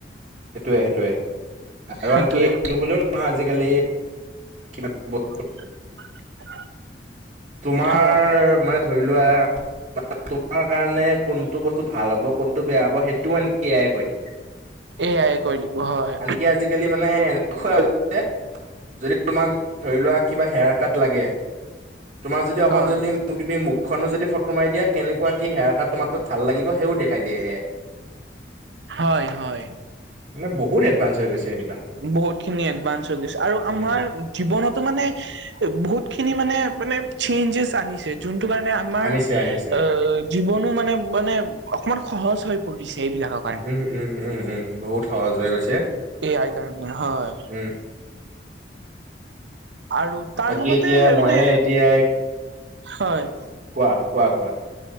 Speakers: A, on the right (about 45°); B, on the right (about 80°).
A: সেইটোৱে সেইটোৱে, আৰু
B: সেইটোৱে
A: আনকি এইটো বুলিও নহয় আজিকালি <unintelligible>
B: <unintelligible>
A: তোমাৰ
B: হয়
A: মানে ধৰি লোৱা <unintelligible> তোমাৰ কাৰণে কোনটো বস্তু কোনতো ভাল হব কোনটো বেয়া হব সেইটোও আনকি এ আই কৈ দিয়ে।
B: এ আই কৈ দিব হয়।
A: আনকি আজিকালি মানে এনেকুৱা হৈ গৈছে, যদি তোমাক ধৰি লোৱা কিবা হেয়াৰ কাট লাগে তোমাৰ যদি অকণ
B: হয়
A: যদি তুমি মুখখনো যদি ফটো মাৰি দিয়া কেনেকুৱা কি হেয়াৰ কাট তোমাৰ তাত ভাল লাগিব সেও দেখাই দিয়ে এ আই।
B: হয়, হয়।
A: মানে বহুত এডভান্স হৈ গৈছে এইবিলাক
B: বহুত খিনি এডভান্স হৈ গৈছে, আৰু আমাৰ
A: উম
B: জীৱনতো মানে বহুত খিনি মানে- মানে চেঞ্জেছ আনিছে, যোনটো কাৰণে আমাৰ
A: আনিছে আনিছে
B: অ, জীৱনো মানে- মানে অকমান সহজ হৈ পৰিছে, এইবিলাকক।
A: উম- উম- উম-উম, বহুত সহজ হৈ গৈছে।
B: এ আই কাৰনে হয়।
A: উম
B: আৰু তাৰ
A: বাকী
B: লগতে
A: এতিয়া মইয়ে
B: মানে,
A: এতিয়া
B: হয়।
A: কোৱা- কোৱা- কোৱা।